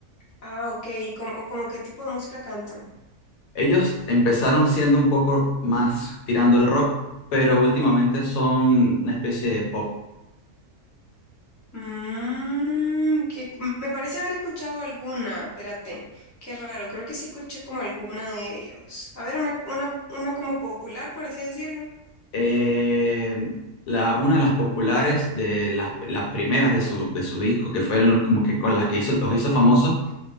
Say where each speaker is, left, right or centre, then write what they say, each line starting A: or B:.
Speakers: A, on the left; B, on the left.
A: ah, ok, ¿y como, o como qué tipo de música cantan?
B: Ellos empezaron siendo un poco más tirando al rock, pero últimamente son una especie de pop.
A: Mm, que me parece haber escuchado alguna, espérate, qué raro, creo que sí escuché como alguna de ellos. A ver, una, una, una como popular, por así decirlo.
B: Eh, la, una de las populares, de las, las primeras de su, de su disco, que fueron como que con las que hizo, los hizo famosos,